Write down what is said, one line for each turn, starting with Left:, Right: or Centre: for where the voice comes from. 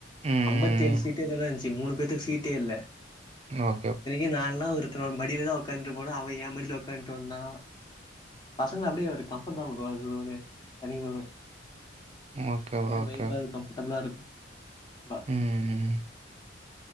Right: ம்
Left: அம்பத்தி ஏழ் சீட்டெதனா இன்ச்சி மூணு பேத்துக் சீட்டே இல்ல
Right: ஆ
Left: இத்தனிக்கி நான்லா ஒருத்தனோட் மடில தா உக்காந்துட்டு போன அவன் யெ மடில உக்காந்ட்டு வந்தா பசங்கள அப்டியே ஒரு கம்ஃபட் தா ப்ரோ அதுவுமே தனி கவ்னு
Right: ஓகே
Left: ஒ
Right: ப்ரோ.
Left: மாரி
Right: ஓகே,
Left: வைபாரு கம்ஃபுடபுளா இருக்கு லா
Right: ம்ம்ம்